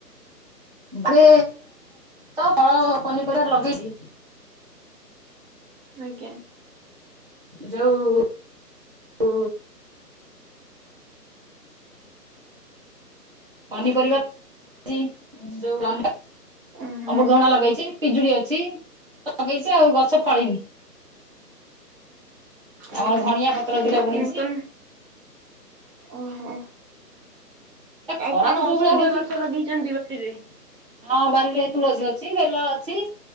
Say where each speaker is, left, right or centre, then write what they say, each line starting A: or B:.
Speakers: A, on the right; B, on the right.
A: ରେ ତ କଳ ପନିପରିବାରେ ଲଗେଇଛି
B: ଆଜ୍ଞା
A: ଯଉ ହ ପନିପରିବା ଯୋଉ ର
B: ଓହୋ
A: ଅମୃଧଣା ଲଗେଇଛି ପିଜୁଡି ଅଛି ଲଗେଇଛି ଆଉ ଗଛ ଫଳିନି
B: ଓହୋ
A: ଆମର ଧଣିଆ ପତ୍ର ଦିଟା ବୁଣିଛି
B: ନୂତନ ଓହୋ
A: ଏ ଖରା
B: ଆଉ କଣ
A: ତ ଯୋଉ
B: ଔଷଧୀୟ
A: ଭଳିଆ ହଉଛି
B: ଗଛ ଲଗେଇଛନ୍ତି ବା ି
A: ହଁ ବାରିରେ ତୁଳସୀ ଅଛି ବେଲ ଅଛି